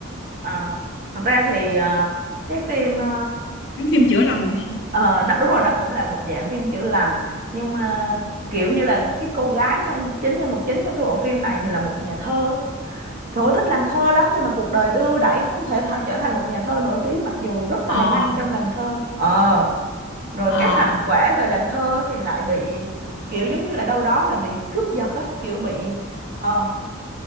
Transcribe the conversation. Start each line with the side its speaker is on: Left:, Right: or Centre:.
Right: Ờ, thật ra thì ờ, cái phim ờ,
Left: giống phim chữa lành này.
Right: ờ, nó, đúng rồi nó cũng là một dạng phim chữa lành nhưng mà kiểu như là cái cô gái trong chính nhân vật chính trong cái bộ phim này thì là một nhà thơ trời ơi, thích làm thơ lắm nhưng mà cuộc đời đưa đẩy không thể th trở thành một nhà thơ nổi tiếng mặc dù rất tài
Left: ờ
Right: năng trong làm thơ ờ rồi
Left: ờ
Right: các thành quả về làm thơ thì lại bị kiểu giống như là đâu đó là bị cướp giật á kiểu bị ờ